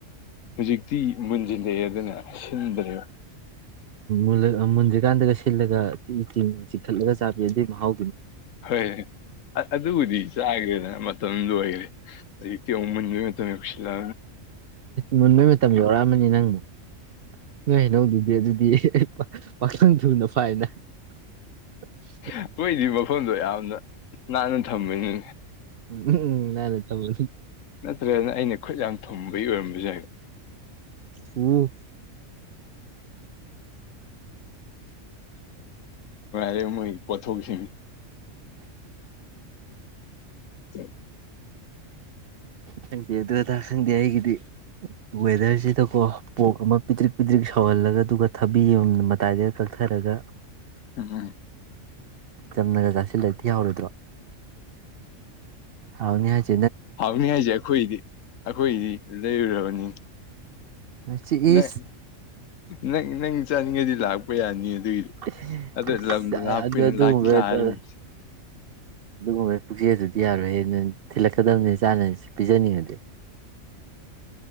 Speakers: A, on the left; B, on the right.
A: ꯍꯧꯖꯤꯛꯇꯤ ꯃꯨꯟꯁꯤꯜꯂꯛꯑꯦꯗꯅ ꯁꯤꯟꯕꯂꯦ
B: ꯎꯜ ꯃꯨꯟꯗ꯭ꯔꯤꯀꯥꯟꯗꯒ ꯁꯤꯜꯂꯒꯤ ꯆ ꯆꯤꯡꯈꯠꯂꯒ ꯆꯥꯕꯤ ꯑꯗꯨꯏ ꯃꯍꯥꯎ
A: ꯍꯣꯏ ꯑꯗꯨꯕꯨꯗꯤ ꯆꯥꯈ꯭ꯔꯦꯗ ꯃꯇꯝꯗꯨ ꯑꯣꯏꯈꯔꯦ ꯍꯧꯛꯇꯤ ꯑꯃꯟꯒꯤ ꯃꯇꯝ ꯌꯁꯤꯜꯂ
B: ꯃꯨꯟꯕꯩ ꯃꯇꯝ ꯌꯧꯔꯛꯑꯃꯅꯤ ꯅꯪꯕꯨꯛ ꯅ ꯅꯧꯗꯨꯗꯤ ꯑꯗꯨꯗꯤ ꯄꯥꯈꯪ ꯊꯨꯅ ꯐꯥꯏꯅ ꯇꯨꯃꯁ <inaudible>
A: ꯑꯩꯈꯣꯏꯗꯤ ꯃꯈꯣꯟꯗꯣ ꯌꯥꯝꯅ ꯅꯥꯟꯅ ꯊꯝꯝꯕꯅꯤ
B: ꯎꯝ ꯅꯥꯟꯅꯥ ꯇꯧ
A: ꯅꯠꯇ꯭ꯔꯅ ꯑꯩꯅ ꯈꯨꯠ ꯌꯥꯝ ꯊꯨꯝꯕꯒꯤ ꯑꯣꯏꯔꯝꯕꯁꯨ ꯌꯥꯏꯕ
B: ꯎꯝ
A: ꯔꯦ ꯃꯣꯏ ꯄꯊꯣꯛꯁꯤ ꯆ
B: ꯈꯪꯗꯦ ꯑꯗꯨ ꯑꯗꯥ ꯈꯪꯗꯦ ꯑꯩꯒꯤꯗꯤ ꯋꯦꯗꯔꯁꯤꯗꯀꯣ ꯄꯣꯛ ꯑꯃ ꯄꯤꯗ꯭ꯔꯤꯛ ꯄꯤꯗ꯭ꯛ ꯁꯧꯍꯜꯂꯒ ꯑꯗꯨꯒ ꯊꯕꯤ ꯑꯃ ꯃꯇꯥꯏꯗ ꯀꯠꯛꯊꯔꯒ
A: ꯎ
B: ꯆꯝꯅꯒ ꯆꯥꯁꯤꯜꯂꯦ ꯊꯤꯍꯔꯣꯏꯗ꯭ꯔꯣ ꯍꯥꯎꯅꯦ <unintelligible>
A: ꯐꯕꯅꯤ ꯍꯥꯏꯁꯦ ꯑꯩꯈꯣꯏꯗꯤ ꯑꯩꯈꯣꯏꯗꯤ ꯂꯩꯔꯨꯔꯕꯅꯤ꯫
B: ꯃꯁꯤ
A: ꯅꯪ
B: ꯏꯁ
A: ꯅꯪ ꯅꯪ ꯆꯥꯅꯤꯡꯉꯩꯗꯤ ꯂꯥꯛꯄ ꯌꯥꯅꯤ꯫ ꯑꯗꯨꯒꯤꯗꯤ
B: ꯏꯁ
A: ꯑꯗꯨ
B: ꯏꯁ
A: ꯂꯝꯗꯣ ꯂꯥꯞꯄꯅꯤꯅ
B: ꯑꯥ ꯑꯗꯨ ꯑꯗꯨꯒꯨꯝꯕ
A: ꯂꯥꯛꯇꯤ ꯂꯥꯛꯑꯔꯅꯤ
B: <unintelligible> ꯑꯗꯨꯒꯨꯝꯕ ꯄꯨꯛꯆꯦꯜꯗꯨꯗꯤ ꯌꯥꯔꯣꯏꯍꯦ ꯅꯟ ꯊꯤꯜꯂꯛꯀꯗꯕꯅꯤ ꯆꯥꯅꯁꯨ ꯄꯤꯖꯅꯤꯡꯉꯗꯤ꯫